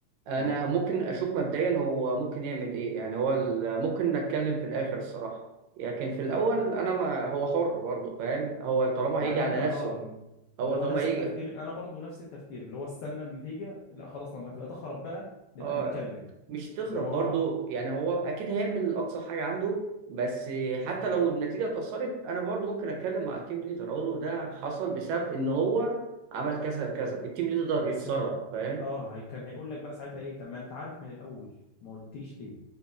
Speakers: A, on the right; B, on the left.
A: انا
B: اه
A: ممكن اشوف مبدئيا هو ممكن يعمل ايه يعني هو ال- ممكن نتكلم في الاخر الصراحه لكن في الاول انا ما هو حر برضه فاهم هو طالما
B: يعني
A: هيجي على
B: انت اه
A: نفسه هو
B: اللي هو
A: طالما
B: نفس
A: هيجي
B: التفكير انا برضو نفس التفكير اللي هو استنى النتيجه لا خلاص لما تبقى تخرب بقى نبقى
A: اه
B: نتكلم
A: مش تخرب
B: انما هو
A: برضه يعني هو اكيد هيعمل اقصى حاجه عنده بس حتى لو النتيجه اتاثرت انا برضه ممكن اتكلم مع التيم ليدر اقول له ده حصل بسبب ان هو عمل كذا كذا التيم ليدر
B: بس
A: يتصرف
B: هو
A: فاهم
B: اه هي كان هيقول لك بقى ساعتها ايه طب ما انت عارف من الاول ما قلتليش ليه